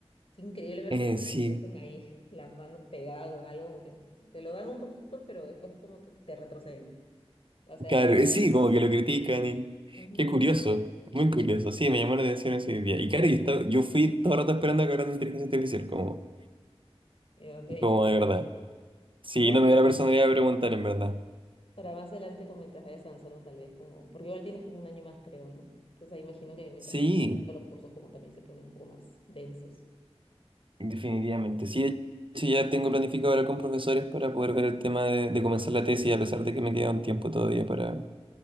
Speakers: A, on the left; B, on the right.
A: Es increíble, pero
B: eh,
A: parece
B: sí,
A: que meten ahí <laughs> la mano pegada con algo, como que te lo dan un poquito, pero después como que te retroceden. O sea,
B: Claro,
A: esa...
B: eh, sí, como que lo critican y...
A: Ujú.
B: Qué curioso, muy curioso. Sí, me llamó la atención ese día. Y claro, yo, estaba- yo fui todo el rato esperando que hablaran de inteligencia artificial, como,
A: Y dónde dije.
B: como de verdad. Sí,
A: Pero
B: no
A: bueno,
B: me dio la personalidad de preguntar, en verdad.
A: para más adelante, como mientras vayas avanzando, tal vez como, porque igual tienes como un año más, creo, ¿no? Entonces ahí imagino que mientras
B: Sí,
A: vayas avanzando los cursos como también se ponen un poco más densos.
B: definitivamente. Sí, de hecho ya tengo planificado hablar con profesores para poder ver el tema de, de comenzar la tesis, a pesar de que me queda un tiempo todavía para...